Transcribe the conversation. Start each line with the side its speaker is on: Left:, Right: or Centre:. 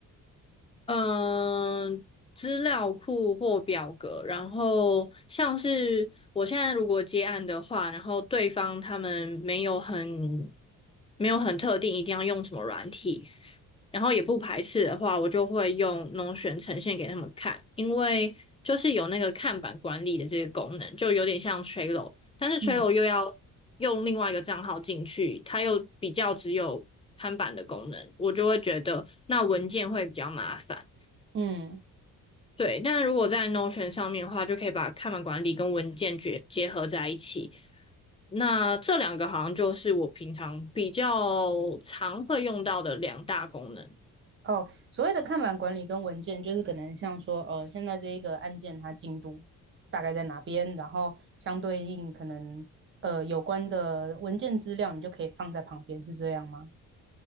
Left: 嗯，资料库或表格，然后像是我现在如果接案的话，然后对方他们没有很没有很特定一定要用什么软体，然后也不排斥的话，我就会用 n o t 呈现给他们看，因为就是有那个看板管理的这个功能，就有点像 Trello，但是 Trello
Right: 嗯
Left: 又要用另外一个账号进去，它又比较只有看板的功能，我就会觉得那文件会比较麻烦。
Right: 嗯。
Left: 对，但如果在 Notion 上面的话，就可以把看板管理跟文件结结合在一起。那这两个好像就是我平常比较常会用到的两大功能。
Right: 哦，所谓的看板管理跟文件，就是可能像说，呃，现在这一个案件它进度大概在哪边，然后相对应可能呃有关的文件资料，你就可以放在旁边，是这样吗？